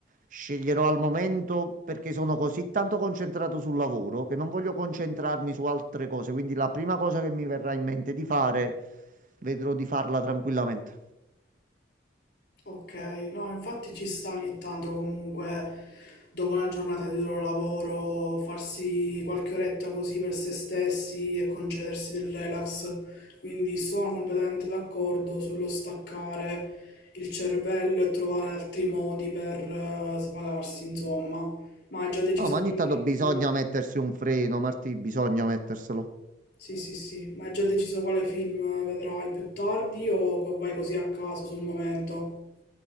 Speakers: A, on the right; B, on the left.
A: sceglierò al momento perché sono così tanto concentrato sul lavoro che non voglio concentrarmi su altre cose, quindi la prima cosa che mi verrà in mente di fare, vedrò di farla tranquillamente.
B: ok, no, infatti ci sta ogni tanto comunque, dopo una giornata di duro lavoro, farsi qualche oretta così per se stessi e concedersi del relax. Quindi sono completamente d'accordo sullo staccare il cervello e trovare altri modi per eh, svagarsi, insomma. Ma hai già deciso
A: No, ma ogni
B: per il
A: tanto bisogna
B: film?
A: mettersi un freno, Martì, bisogna metterselo.
B: Sì, sì, sì, ma hai già deciso quale film vedrai più tardi o co- vai così a caso sul momento?